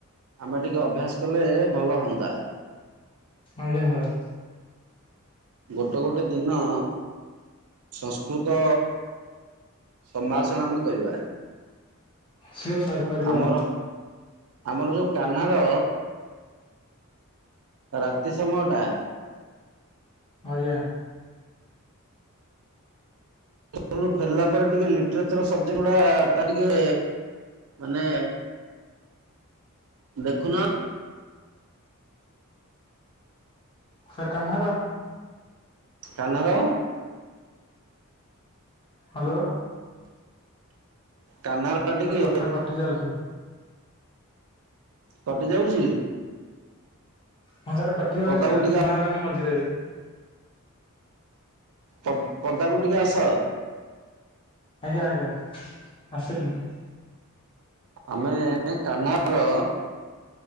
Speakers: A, on the right; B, on the left.
A: ଆମେ ଟିକେ ଅଭ୍ୟାସ କଲେ ଭଲ ହୁଅନ୍ତା।
B: ଆଜ୍ଞା ସାର୍।
A: ଗୋଟେ ଗୋଟେ ଦିନ। ସଂସ୍କୃତ ସମ୍ଭାଷଣ ଆମେ କରିବା।
B: ସିଓର ସାର୍ କରିବା।
A: ଆମର ଆମର ଯୋଉ କାହ୍ନାର। ରାତି ସମୟଟା।
B: ଆଜ୍ଞା।
A: ସ୍କୁଲରୁ ଫେରିଲା ପରେ ଟିକେ ଲିଟରେଚର ସବଜେକ୍ଟ ଗୁଡା ତା ଟିକେ ମାନେ ଦେଖୁନ
B: ସାର୍ କାହ୍ନାର।
A: କାହ୍ନାର?
B: ହ୍ୟାଲୋ।
A: କାହ୍ନାର। ଟିକେ
B: ସାର୍ କଥା କଟି ଯାଉଛି।
A: କଟିଯାଉଛି?
B: ହଁ ସାର୍ କଟି ଯାଉଛି
A: ପଦାକୁ ଟିକେ
B: ଶୁଣା ହେଲାନି ମଝିରେ।
A: ପ-ପଦାକୁ ଟିକେ ଆସ।
B: ଆଜ୍ଞା ଆଜ୍ଞା ଆସିଲିଣି।
A: ଆମେ କାହ୍ନାର